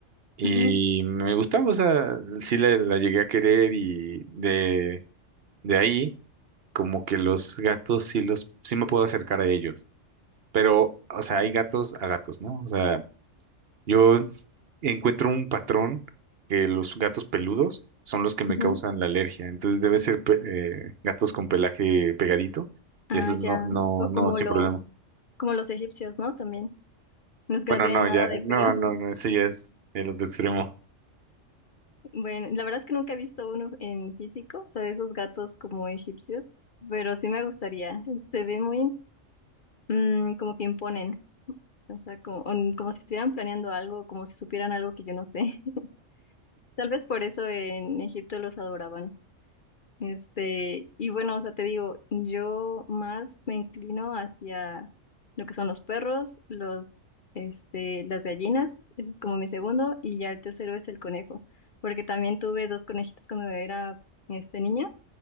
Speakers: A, on the right; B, on the left.
A: Y
B: ujú,
A: me gustaba, o sea, sí la, la llegué a querer y de, de ahí como que los gatos sí los, sí me puedo acercar a ellos. Pero, o sea, hay gatos a gatos, ¿no? O sea, yo s- encuentro un patrón que los gatos peludos son los que me
B: ujú.
A: causan la alergia. Entonces debe ser pe- eh, gatos con pelaje pegadito
B: Ah,
A: y esos
B: ya.
A: no, no,
B: O como
A: no, sin
B: los,
A: problema.
B: como los egipcios, ¿no? También. Los que
A: Bueno,
B: no tienen
A: no,
B: nada
A: ya,
B: de pelo.
A: no, no, no, ese ya es el otro extremo.
B: Bueno, la verdad es que nunca he visto uno en físico, o sea, de esos gatos como egipcios, pero sí me gustaría. Se ven muy mm, como que imponen, o sea, como, on- como si estuvieran planeando algo, como si supieran algo que yo no sé. <laughs> Tal vez por eso en Egipto los adoraban. Este, y bueno, o sea, te digo, yo más me inclino hacia lo que son los perros, los, este, las gallinas, ese es como mi segundo, y ya el tercero es el conejo, porque también tuve dos conejitos cuando era, este, niña,